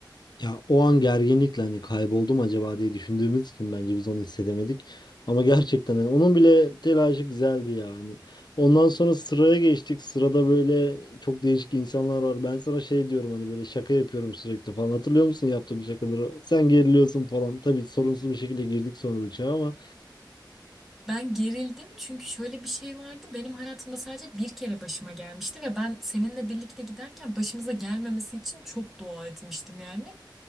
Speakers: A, on the left; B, in the centre.
A: Ya o an gerginlikle hani kayboldum acaba diye düşündüğümüz için bence biz onu hissedemedik. Ama gerçekten hani onun bile telaşı güzeldi yani. Ondan sonra sıraya geçtik. Sırada böyle çok değişik insanlar var. Ben sana şey diyorum hani böyle şaka yapıyorum sürekli falan. Hatırlıyor musun yaptığım şakaları? Sen geriliyorsun falan. Tabii sorunsuz bir şekilde girdik sonra uçağa ama
B: Ben gerildim çünkü şöyle bir şey vardı. Benim hayatımda sadece bir kere başıma gelmişti ve ben seninle birlikte giderken başımıza gelmemesi için çok dua etmiştim yani